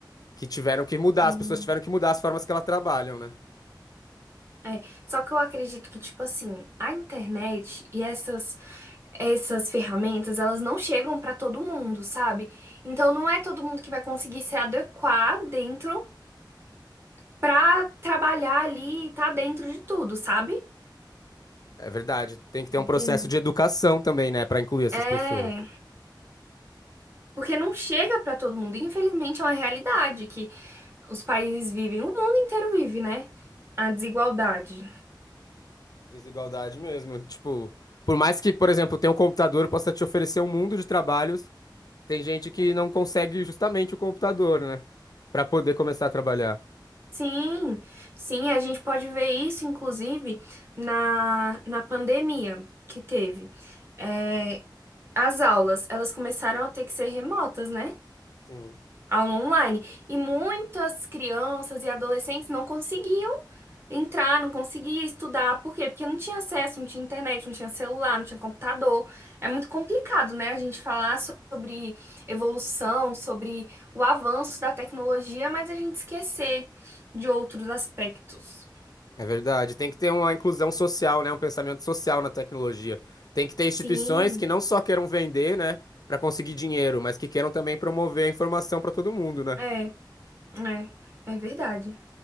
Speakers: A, on the left; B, on the right.
A: que tiveram que mudar,
B: sim.
A: as pessoas tiveram que mudar as formas que elas trabalham, né?
B: É, só que eu acredito que, tipo assim, a internet e essas, essas ferramentas, elas não chegam pra todo mundo, sabe? Então não é todo mundo que vai conseguir se adequar dentro pra trabalhar ali e tá dentro de tudo, sabe?
A: É verdade. Tem que ter
B: Entendo.
A: um processo de educação também, né, Pra incluir essas
B: É,
A: pessoas.
B: porque não chega pra todo mundo. Infelizmente é uma realidade que os países vivem, o mundo inteiro vive, né? A desigualdade.
A: Desigualdade mesmo. Tipo, por mais que, por exemplo, tenha um computador possa te oferecer um mundo de trabalhos, tem gente que não consegue justamente o computador, né, Pra poder começar a trabalhar.
B: Sim, sim, a gente pode ver isso, inclusive, na, na pandemia que teve. É, as aulas, elas começaram a ter que ser remotas, né?
A: Sim.
B: aula online. E muitas crianças e adolescentes não conseguiam entrar, não conseguiam estudar. Por quê? Porque não tinha acesso, não tinha internet, não tinha celular, não tinha computador. É muito complicado, né, a gente falar so- sobre evolução, sobre o avanço da tecnologia, mas a gente esquecer de outros aspectos.
A: É verdade. Tem que ter uma inclusão social, né, um pensamento social na tecnologia. Tem que ter instituições
B: Sim,
A: que não só queiram vender, né, para conseguir dinheiro, mas que queiram também promover a informação para todo mundo, né?
B: é, é, é verdade.